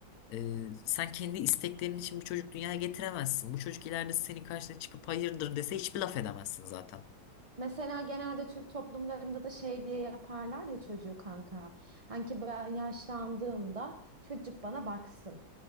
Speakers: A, on the left; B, on the right.
A: Ee, sen kendi isteklerin için bir çocuk dünyaya getiremezsin. Bu çocuk ileride senin karşına çıkıp hayırdır dese hiçbir laf edemezsin zaten.
B: Mesela genelde Türk toplumlarında da şey diye yaparlar ya çocuğu kanka. Hani ki ben yaşlandığımda çocuk bana baksın.